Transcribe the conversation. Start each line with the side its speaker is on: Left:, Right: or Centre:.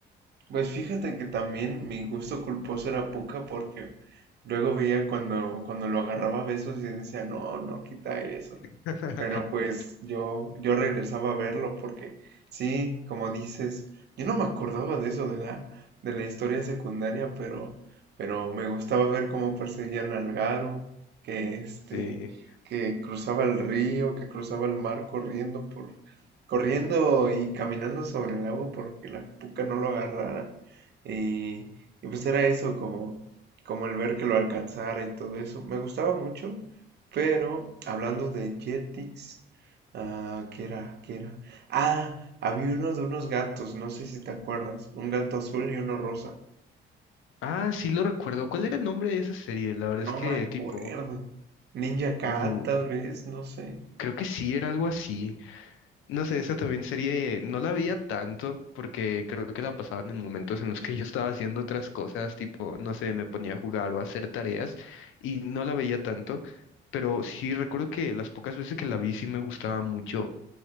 Right: Pues fíjate que también mi gusto culposo era Puka porque luego veía cuando, cuando lo agarraba a besos y decía, no, no, quita eso.
Left: <laughs>
Right: Pero pues yo, yo regresaba a verlo porque sí, como dices, yo no me acordaba de eso de la, de la historia secundaria, pero, pero me gustaba ver cómo perseguían al Garu, que este,
Left: Sí.
Right: que cruzaba el río, que cruzaba el mar corriendo por, corriendo y caminando sobre el agua porque la puca no lo agarrara. Y, y pues era eso, como, como el ver que lo alcanzara y todo eso. Me gustaba mucho. Pero hablando de Jetix, ah, ¿qué era? ¿Qué era? Ah, había uno de unos gatos, no sé si te acuerdas. Un gato azul y uno rosa.
Left: Ah, sí lo recuerdo. ¿Cuál era el nombre de esa serie? La verdad es
Right: No
Left: que
Right: me acuerdo.
Left: tipo,
Right: Ninja Cat,
Left: uh,
Right: tal vez, no sé.
Left: creo que sí era algo así. No sé, esa también serie no la veía tanto porque creo que la pasaban en momentos en los que yo estaba haciendo otras cosas, tipo, no sé, me ponía a jugar o a hacer tareas y no la veía tanto, pero sí recuerdo que las pocas veces que la vi sí me gustaba mucho.